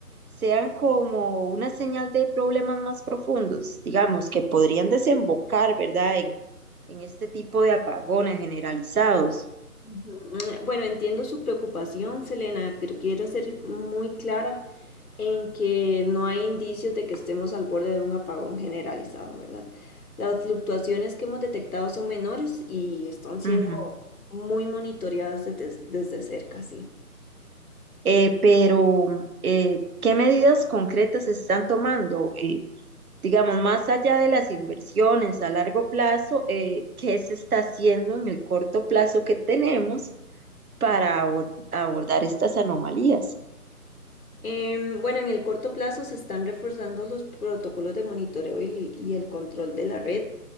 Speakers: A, on the right; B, on the left.
A: sean como una señal de problemas más profundos, digamos, que podrían desembocar, ¿verdad?, en, en este tipo de apagones generalizados?
B: Mm, Bueno, entiendo su preocupación, Selena, pero quiero ser muy clara en que no hay indicios de que estemos al borde de un apagón generalizado, ¿verdad? Las fluctuaciones que hemos detectado son menores y están siendo
A: Ujú.
B: muy monitoreadas desde, desde cerca, sí.
A: Eh, pero, eh, ¿qué medidas concretas se están tomando? Eh, Digamos, más allá de las inversiones a largo plazo, eh, ¿qué se está haciendo en el corto plazo que tenemos para abor- abordar estas anomalías?
B: Em, bueno, en el corto plazo se están reforzando los protocolos de monitoreo y, y el control de la red.